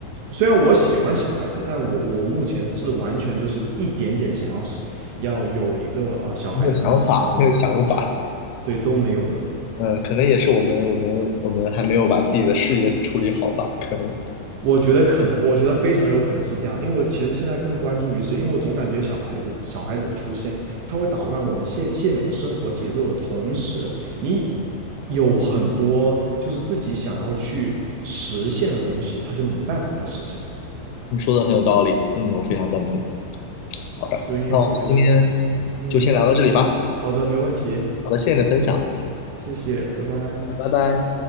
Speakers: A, on the right; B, on the left.
A: 虽然我喜欢小孩子，但我我目前是完全就是一点点想要要有一个啊、呃小孩子的打算都没有，
B: 没有想法，没有想法。
A: 对对都没有的。
B: 嗯，可能也是我们我们我们还没有把自己的事业处理好吧？可能
A: 我觉得可能，我觉得非常有可能是这样，因为我其实现在更关注于是，因为我总感觉小孩子小孩子的出现，他会打乱我们现现有的生活节奏的同时，你有很多就是自己想要去实现的东西，他就没办法再实现了。
B: 你说的很有道理，嗯，我非常赞同。好的，
A: 所以我觉得还是，
B: 那我们今天
A: 嗯，
B: 就先聊到这里吧。
A: 好的，没问题，
B: 好的，谢谢你的分享，
A: 谢谢，拜拜。
B: 呃，拜拜。